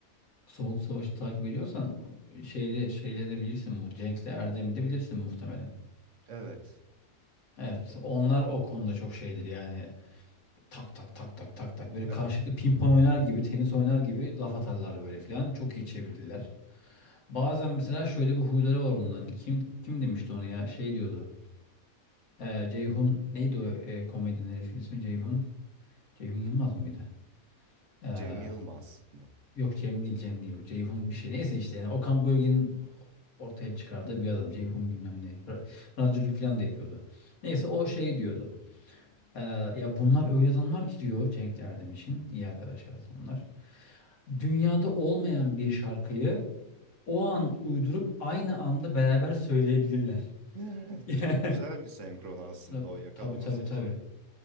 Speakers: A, on the left; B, on the right.
A: Soğuk Savaş'ı takip ediyorsan şeyde şeyleri de bilirsin bu. Cenk'le Erdem'i de bilirsin muhtemelen.
B: Evet,
A: Evet, mesela onlar o konuda çok şeydir yani tak tak tak tak tak tak böyle
B: evet.
A: karşılıklı pimpon oynar gibi tenis oynar gibi laf atarlar böyle filan. Çok iyi çevirdiler. Bazen mesela şöyle bir huyları var onların. Kim kim demişti onu ya? Şey diyordu. Ee, Ceyhun neydi o e, komedinin herifin ismi? Ceyhun. Ceyhun Yılmaz mıydı? Ee,
B: Cem Yılmaz mı?
A: yok Cem değil Cem değil yok. Ceyhun bir şey. Neyse işte yani Okan Bölge'nin ortaya çıkardığı bir adam. Ceyhun bilmem ne. Ra- Radyoculuk filan da yapıyordu. Neyse o şey diyordu. Ee, ya bunlar öyle adamlar ki diyor Cenk Erdem için. iyi arkadaşlar aslında onlar. dünyada olmayan bir şarkıyı o an uydurup aynı anda beraber söyleyebilirler.
B: <laughs>
A: <laughs>
B: Çok güzel bir senkron aslında
A: Tabii
B: o yakalaması
A: tabii tabii.
B: zor.
A: tabii.